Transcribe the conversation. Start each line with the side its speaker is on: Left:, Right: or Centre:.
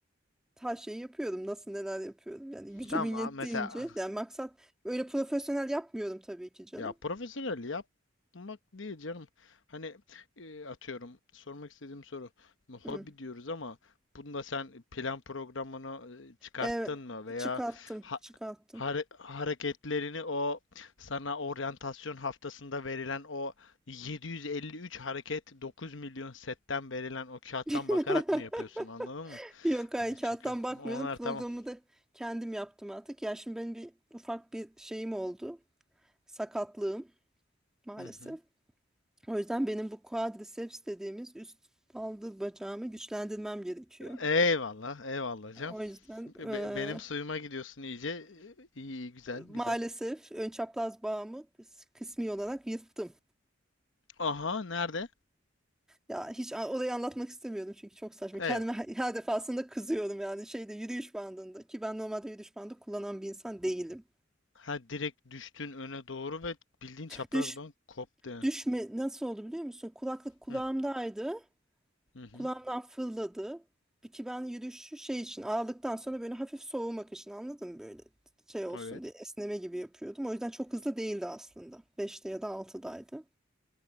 Centre: Her şeyi yapıyordum. Nasıl neler yapıyordum. Yani gücümün
Left: Tamam
Centre: yettiğince.
Left: a- mesela
Centre: Yani maksat öyle profesyonel yapmıyorum tabii ki canım.
Left: ya profesyonel yapmak değil canım. Hani e, atıyorum sormak istediğim soru. Şimdi Hobi
Centre: Hı.
Left: diyoruz ama bunda sen plan programını e, çıkarttın
Centre: Evet.
Left: mı veya
Centre: Çıkarttım.
Left: ha-
Centre: Çıkarttım.
Left: hare- hareketlerini o sana oryantasyon haftasında verilen o 753 hareket 9 milyon setten verilen o kağıttan
Centre: <laughs>
Left: bakarak mı yapıyorsun anladın mı?
Centre: Yok hayır
Left: Hani
Centre: kağıttan
Left: çünkü
Centre: bakmıyorum.
Left: onlar
Centre: Programı
Left: tamam.
Centre: da kendim yaptım artık. Ya şimdi benim bir ufak bir şeyim oldu. Sakatlığım maalesef.
Left: Hı hı.
Centre: O yüzden benim bu quadriceps dediğimiz üst baldır bacağımı güçlendirmem gerekiyor.
Left: Eyvallah, eyvallah canım.
Centre: O yüzden
Left: Be-
Centre: eee,
Left: benim suyuma gidiyorsun iyice. İyi, iyi, güzel,
Centre: maalesef
Left: güzel.
Centre: ön çapraz bağımı kıs- kısmi olarak yırttım.
Left: Aha, nerede?
Centre: Ya hiç a- orayı anlatmak istemiyorum çünkü çok saçma. Kendime
Left: Eyvah.
Centre: her her defasında kızıyorum yani şeyde yürüyüş bandında ki ben normalde yürüyüş bandı kullanan bir insan değilim.
Left: Ha direkt düştün öne doğru ve bildiğin çapraz
Centre: Düş
Left: bank koptu yani.
Centre: düşme nasıl oldu biliyor musun? Kulaklık kulağımdaydı.
Left: Hı hı. hı.
Centre: Kulağımdan fırladı. Bir Ki ben yürüyüşü şey için ağırlıktan sonra böyle hafif soğumak için anladın mı böyle şey olsun
Left: Evet.
Centre: diye esneme gibi yapıyordum. O yüzden çok hızlı değildi aslında. beşte ya da altıdaydı.